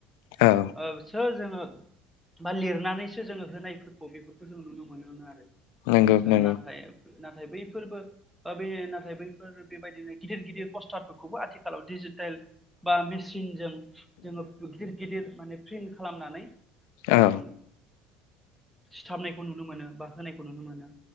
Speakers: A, on the left; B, in the centre.
A: औ
B: ओ सो जोङो बा लिरनानैसो जोङो होनायफोरखौ बेफोरखौ जों नुनो मोनोमोन आरो ओ
A: नंगौ नंगौ
B: नाथाय नाथाय बैफोरबो ओ‌ बे नाथाय बैफोर बेबायदिनो गिदिर गिदिर पस्टारफोरखौबो आथिखालाव दि दिजिटेल बा मेसिनजों जोङो गिदिर गिदिर माने प्रिन खालामनानै जोङो
A: औ
B: सिथाबनायखौ नुनो मोनो बा होनायखौ नुनो मोनो